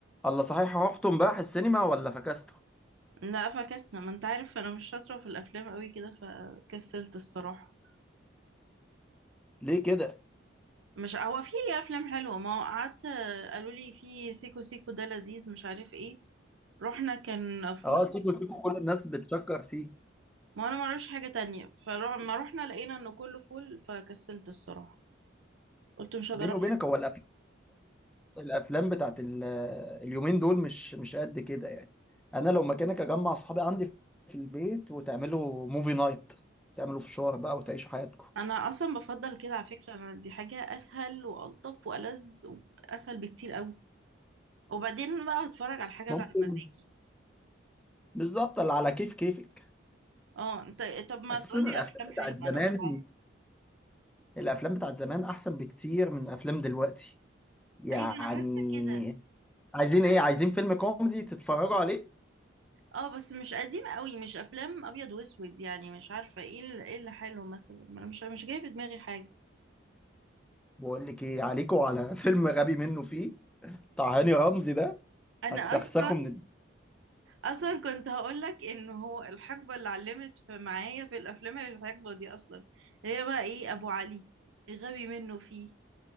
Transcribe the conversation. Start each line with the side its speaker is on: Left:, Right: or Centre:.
Centre: الله صحيح هحطم بقى السينما ولا فكسته
Right: لا فكسنا ما انت عارف انا مش شاطرة في الافلام قوي كده فكسلت الصراحة
Centre: ليه كده
Right: مش هو في افلام حلوة ما هو قعدت قالوا لي في سيكو سيكو ده لذيذ مش عارف ايه رحنا كان فول
Centre: اه سيكو <laughs> سيكو كل الناس بتشكر فيه
Right: ما انا ما اعرفش حاجة تانية فلما رحنا لقينا انه كله فول فكسلت الصراحة قلت مش هجرب
Centre: بيني وبينك هو الافلام الافلام بتاعت ال- اليومين دول مش مش قد كده يعني انا لو مكانك اجمع اصحابي عندي في البيت وتعملوا موفي نايت تعملوا فشار بقى وتعيشوا حياتكم
Right: انا اصلا بفضل كده على فكرة انا دي حاجة اسهل والطف والذ واسهل بكتير قوي وبعدين بقى هتفرج على الحاجة
Centre: ممكن
Right: اللي على مزاجي
Centre: بالظبط اللي على كيف كيفك
Right: اه انت طب ما
Centre: اساسا
Right: تقولي
Centre: الافلام
Right: افلام
Centre: بتاعت
Right: حلوة
Centre: زمان
Right: انا مش عارفة.
Centre: الافلام بتاعت زمان احسن بكتير من افلام دلوقتي يعني
Right: ايوه انا حاسة كده
Centre: عايزين ايه عايزين فيلم كوميدي تتفرجوا عليه
Right: اه بس مش قديم قوي مش افلام ابيض واسود يعني مش عارفه ايه ال- ايه اللي حلو مثلا ما انا مش مش جايه في دماغي حاجه
Centre: بقول لك ايه عليكوا على <laughs> فيلم غبي منه فيه بتاع هاني رمزي ده
Right: انا
Centre: هتسخسخه
Right: اصلا
Centre: من ال-
Right: اصلا كنت هقول لك ان هو الحقبه اللي علمت في معايا في الافلام هي الحقبه دي اصلا اللي هي بقى ايه ابو علي غبي منه فيه